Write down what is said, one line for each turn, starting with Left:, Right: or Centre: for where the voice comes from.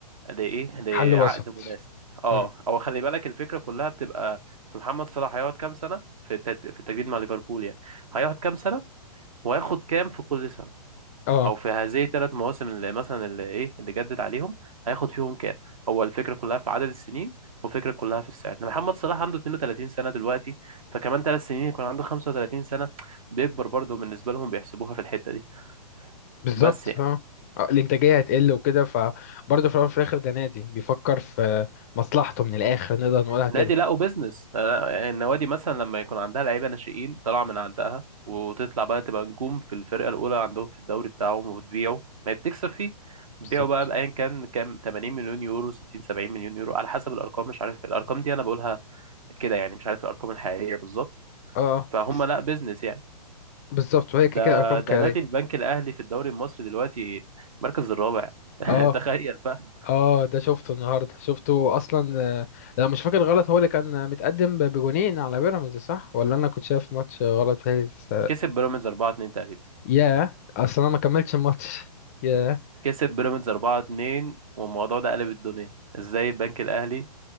Right: لإيه لعقد
Left: حل وسط
Right: مناسب اه
Left: مم.
Right: هو خلي بالك الفكرة كلها بتبقى في محمد صلاح هيقعد كام سنة في التت... في التجديد مع ليفربول يعني هيقعد كام سنة وهياخد كام في كل سنة
Left: اه
Right: او في هذه الثلاث مواسم اللي مثلا اللي ايه اللي جدد عليهم هياخد فيهم كام هو الفكره كلها في عدد السنين والفكره كلها في السعر إن محمد صلاح عنده 32 سنه دلوقتي فكمان ثلاث سنين يكون عنده 35 سنه بيكبر برضه بالنسبه لهم بيحسبوها في الحته دي
Left: بالظبط
Right: بس
Left: اه آه، الانتاجيه هتقل وكده فبرضه في الاول وفي الاخر ده نادي بيفكر في مصلحته من الاخر نقدر نقولها
Right: نادي
Left: كده
Right: لا وبزنس أنا- النوادي مثلا لما يكون عندها لعيبه ناشئين طالعه من عندها وتطلع بقى تبقى نجوم في الفرقه الاولى عندهم في الدوري بتاعهم وتبيعه ما هي بتكسب فيه تبيعه
Left: بالظبط
Right: بقى بايا كان كام 80 مليون يورو 60 70 مليون يورو على حسب الارقام مش عارف الارقام دي انا بقولها كده يعني مش عارف الارقام الحقيقيه بالظبط
Left: اه
Right: فهم
Left: بس
Right: لا بيزنس يعني
Left: بالظبط وهي كده
Right: ده
Left: كده ارقام
Right: ده
Left: خياليه
Right: نادي البنك الاهلي في الدوري المصري دلوقتي المركز الرابع <laughs>
Left: اه
Right: تخيل بقى
Left: اه ده شفته النهارده شفته اصلا آه، لو مش فاكر غلط هو اللي كان متقدم ب- بجونين على بيراميدز صح ولا انا كنت شايف ماتش غلط بيراميدز
Right: كسب بيراميدز 4 2 تقريبا
Left: ياه اصلا انا ما كملتش الماتش <laughs> ياه
Right: كسب بيراميدز 4-2 والموضوع ده قلب الدنيا ازاي البنك الاهلي